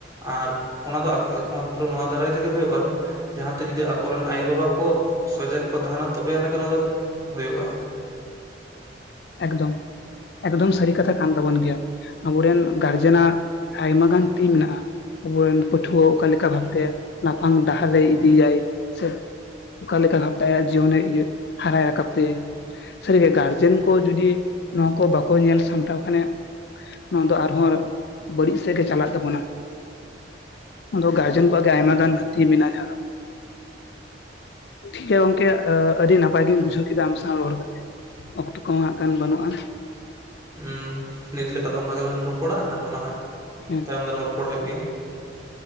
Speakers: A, on the right; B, on the left.
A: ᱟᱨ ᱚᱱᱟ ᱫᱚ ᱟᱠ ᱮᱠᱢᱟᱛᱨᱚ ᱱᱚᱣᱟ ᱫᱟᱨᱟᱭ ᱛᱮᱜᱮ ᱦᱩᱭᱩᱜᱼᱟ ᱡᱟᱦᱟᱸᱛᱮ ᱡᱚᱫᱤ ᱟᱠᱚᱨᱮᱱ ᱟᱭᱳᱼᱵᱟᱵᱟ ᱠᱚ ᱥᱚᱡᱟᱜᱽ ᱠᱚ ᱛᱟᱦᱮᱱᱟ ᱛᱚᱵᱮ ᱟᱱᱟᱜ ᱜᱮ ᱱᱚᱣᱟ ᱫᱚ ᱦᱩᱭᱩᱜᱼᱟ
B: ᱮᱠᱫᱚᱢ, ᱮᱠᱫᱚᱢ ᱥᱟᱹᱨᱤ ᱠᱟᱛᱷᱟ ᱠᱟᱱ ᱛᱟᱵᱚᱱ ᱜᱮᱭᱟ ᱟᱵᱚᱨᱮᱱ ᱜᱟᱨᱡᱮᱱᱟᱜ ᱟᱭᱢᱟ ᱜᱟᱱ ᱛᱤ ᱢᱮᱱᱟᱜᱼᱟ ᱟᱵᱚᱨᱮᱱ ᱯᱟᱹᱴᱷᱩᱣᱟᱹ ᱚᱠᱟᱮ ᱞᱮᱠᱟ ᱵᱷᱟᱵᱛᱮ ᱞᱟᱯᱷᱟᱝ ᱰᱟᱦᱟᱨ ᱨᱮᱭ ᱤᱫᱤᱭᱟᱭ ᱥᱮ ᱚᱠᱟᱞᱮᱠᱟ ᱵᱷᱟᱵᱽ ᱛᱮ ᱟᱭᱟᱜ ᱡᱤᱭᱚᱱᱮ ᱤᱭᱟᱹ ᱦᱟᱨᱟ ᱨᱟᱠᱟᱵ ᱛᱟᱭᱟᱭ, ᱥᱟᱹᱨᱤ ᱜᱮ ᱜᱟᱨᱡᱮᱱ ᱠᱚ ᱡᱩᱫᱤ ᱱᱚᱣᱟ ᱠᱚ ᱵᱟᱠᱚ ᱧᱮᱞ ᱥᱟᱢᱴᱟᱣ ᱠᱷᱟᱱᱮ ᱱᱚᱣᱟ ᱫᱚ ᱟᱨᱦᱚᱸ ᱵᱟᱹᱲᱤᱡ ᱥᱮᱫ ᱜᱮ ᱪᱟᱞᱟᱜ ᱛᱟᱵᱚᱱᱟ ᱚᱱᱟᱫᱚ ᱜᱟᱨᱡᱮᱱ ᱠᱚᱣᱟᱜ ᱜᱮ ᱟᱭᱢᱟ ᱜᱟᱱ ᱦᱟᱹᱛᱤ ᱢᱮᱱᱟᱜᱼᱟ ᱠᱷᱟᱡ ᱫᱚ ᱛᱚ, ᱜᱚ ᱜᱚᱝᱠᱮ ᱟᱹᱰᱤ ᱱᱟᱯᱟᱭ ᱜᱤᱧ ᱵᱩᱡᱷᱟᱹᱣ ᱠᱮᱫᱟ ᱟᱢ ᱥᱟᱶ ᱨᱚᱲ ᱠᱟᱛᱮᱜ ᱚᱠᱛᱚ ᱠᱚᱦᱚᱸ ᱦᱟᱸᱜ ᱠᱷᱟᱱ ᱵᱟᱹᱱᱩᱜᱼᱟ
A: ᱦᱩᱸ ᱱᱤᱛ ᱞᱮᱠᱟ ᱫᱚ ᱚᱝᱠᱟ ᱜᱮᱞᱟᱝ ᱨᱚᱯᱚᱲᱟ ᱟᱨ ᱦᱟᱸᱜ
B: ᱦᱮᱸ
A: ᱛᱟᱭᱚᱢ ᱫᱟᱨᱟᱢ ᱨᱚᱯᱚᱲ ᱦᱩᱭᱩᱜ ᱜᱮᱭᱟ